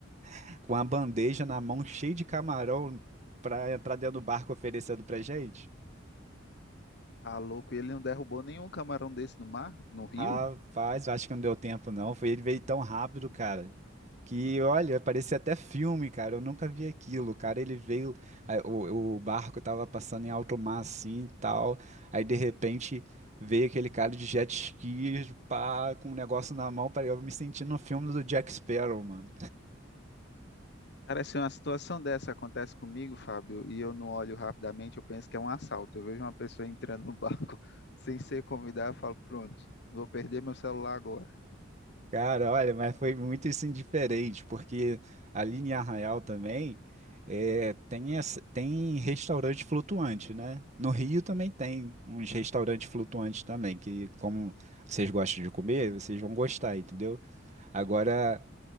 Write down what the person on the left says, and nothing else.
Tá louco? E ele não derrubou nenhum camarão desse no mar, no rio?
Cara, se uma situação dessa acontece comigo, Fábio, e eu não olho rapidamente, eu penso que é um assalto. Eu vejo uma pessoa entrando no banco <laughs> sem ser convidada, eu falo, pronto, vou perder meu celular agora.